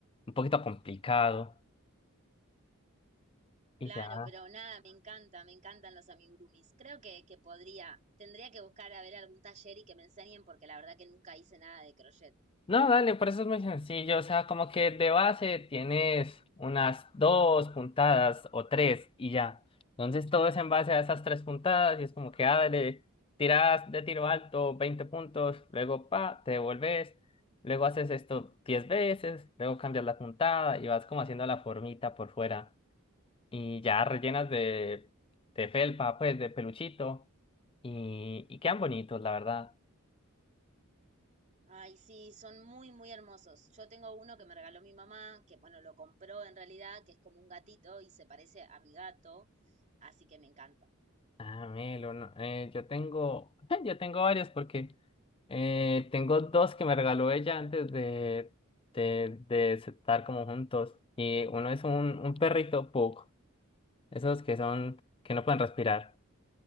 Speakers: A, on the left; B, on the right.
A: un poquito complicado.
B: Claro,
A: Y ya.
B: pero nada, me encanta, me encantan los amigurumis. Creo que, que podría, tendría que buscar a ver algún taller y que me enseñen porque la verdad que nunca hice nada de crochet.
A: No, dale, por eso es muy sencillo. O sea, como que de base tienes unas dos puntadas o tres y ya. Entonces todo es en base a esas tres puntadas y es como que, ah, dale, tiras de tiro alto 20 puntos, luego, pa, te devolves, luego haces esto 10 veces, luego cambias la puntada y vas como haciendo la formita por fuera y ya rellenas de, de felpa, pues, de peluchito y, y quedan bonitos, la verdad.
B: Ay, sí, son muy, muy hermosos. Yo tengo uno que me regaló mi mamá, que bueno, lo compró en realidad, que es como un gatito y se parece a mi gato, así que me encanta.
A: Ah, Melo, no, eh, yo tengo, <laughs> yo tengo varios porque eh, tengo dos que me regaló ella antes de, de, de estar como juntos. Y uno es un, un perrito pug, esos que son, que no pueden respirar.